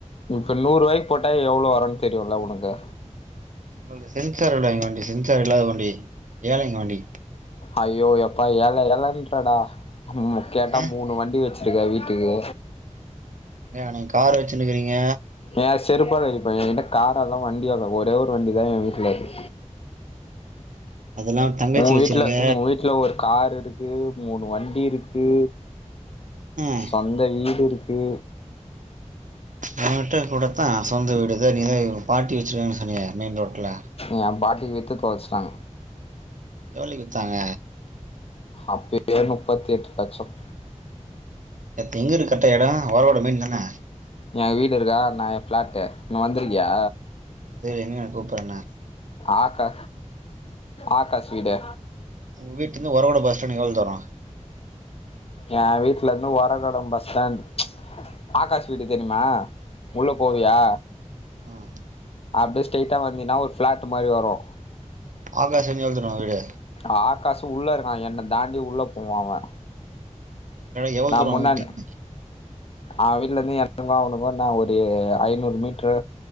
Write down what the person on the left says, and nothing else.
இப்போ நூறுூபாய்க்கு போட்டா எவ்ளோ வருனு தெரியுல உனக்கு
ஐய்யோ எப்பா ஏழை ஏழைன்றடா ம் கேட்டா
மூணு வண்டி வச்சு இருக்க வீட்டுக்கு
ஏ செருப்பால அடிப்பே என்கிட்ட கார்லா இல்ல வண்டியு இல்ல ஒரே ஒரு வண்டிதா ஏ வீட்ல இருக்கு
ஒ வீட்ல
உங்க வீட்ல ஒரு கார் இருக்கு மூணு வண்டி இருக்கு
சொந்த வீடு இருக்கு
ஏ பாட்டி வித்து தொலைச்சுட்டாங்க
அப்பேயே மூப்பத்தி எட்டு லட்சம்
ஏ வீடு இருக்கா நா ஏ பிளாட்டு இங்க வந்திருக்கியா
ஆக்கா ஆக்காஷ் வீடு
ஏ வீட்டுலருந்து ஒரகடம் பஸ்டாண்ட் ஆகாஷ் வீடு தெரியுமா உள்ள
போவியா
அப்டியே ஸ்ரைட்டா வந்தீனா ஒரு ஃபிளாட்டு மாரி வரு
ஆ ஆகாஷு உள்ள இருக்கா என்ன தாண்டி உள்ள போவா அவ
நா
முன்னாடி
அவ வீட்லருந்து எனக்கு அவனுக்கு என்ன ஒரு ஐநூறு மீட்ரு